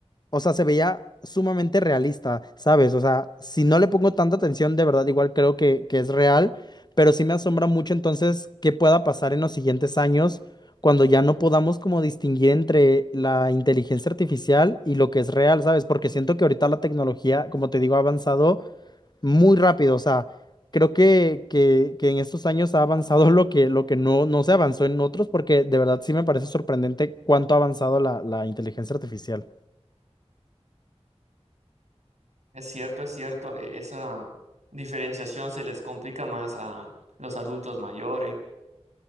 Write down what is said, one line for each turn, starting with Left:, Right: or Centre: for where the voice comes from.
Left: o sea, se veía sumamente realista, ¿sabes? O sea, si no le pongo tanta atención, de verdad, igual creo que, que es real, pero sí me asombra mucho entonces qué pueda pasar en los siguientes años cuando ya no podamos como distinguir entre la inteligencia artificial y lo que es real, ¿sabes? Porque siento que ahorita la tecnología, como te digo, ha avanzado muy rápido. O sea, creo que, que, que en estos años ha avanzado <laughs> lo que, lo que no, no se avanzó en otros, porque de verdad sí me parece sorprendente cuánto ha avanzado la, la inteligencia artificial.
Right: Es cierto, es cierto, e- esa diferenciación se les complica más a los adultos mayores